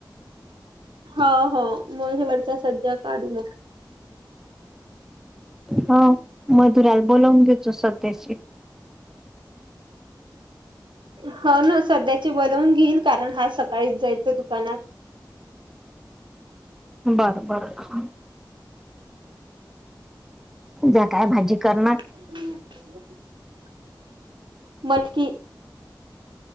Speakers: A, on the right (about 85°); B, in the centre.
A: हा हो मग हे वरचा सज्जा काढू मग
B: हा मधुराला बोलावून घेतचो सध्याशी.
A: हो ना सध्याचे बनवून घेईल कारण हा सकाळीच जाईल दुकानात.
B: बरं बरं. जया काय भाजी करणार.
A: ह्. मटकी.